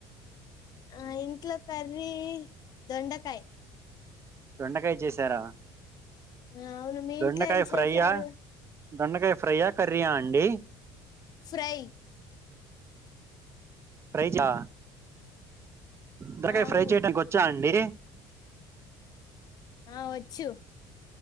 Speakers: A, on the left; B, on the right.
A: ఆ ఇంట్లో కర్రీ దొండకాయ.
B: దొండకాయ చేసారా
A: ఆ, అవును మీ
B: దొండకాయ
A: ఇంట్లో ఏం
B: ఫ్రై
A: చేశారు
B: యా? దొండకాయ ఫ్రై యా? కర్రీయా అండి.
A: ఫ్రై
B: ఫ్రై యా? దొండకాయ
A: ఆ, అవును
B: ఫ్రై చేయడానికి వచ్చా అండి?
A: ఆ వచ్చు.